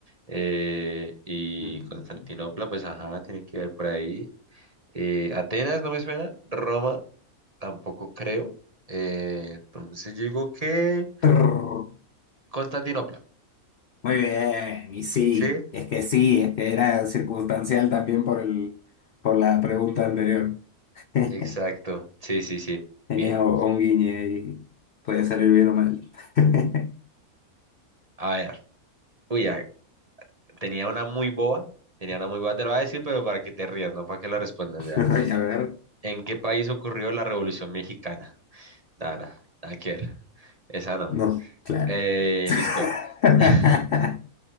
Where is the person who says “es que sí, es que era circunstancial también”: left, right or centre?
Left